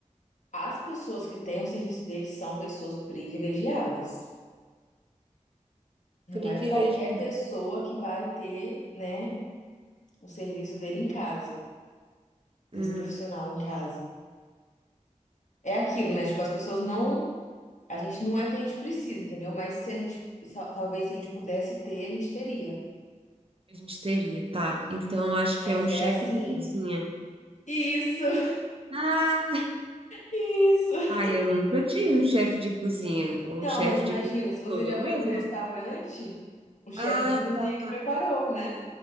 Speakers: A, on the left; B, on the right.
A: As pessoas que têm o serviço dele são pessoas privilegiadas. Não
B: Privilegiado.
A: é qualquer pessoa que vai ter, né, o serviço dele em casa, desse
B: Hum,
A: profissional em casa. É aquilo, né? Tipo, as pessoas não. A gente não é que a gente precisa, entendeu? Mas se a gente. só- Talvez se a gente pudesse ter, a gente teria.
B: a gente teria, tá. Então, acho que
A: Mas
B: é um
A: é
B: chefe
A: assim.
B: de cozinha.
A: Isso!
B: Ah,
A: <laughs> Isso!
B: ai, eu nunca tive um chefe de cozinha. O
A: Não,
B: chefe
A: mas imagina,
B: de cozinha
A: se você
B: sou eu
A: já
B: mesma.
A: foi num restaurante, o chefe
B: Ah,
A: de cozinha
B: tá.
A: que preparou, né?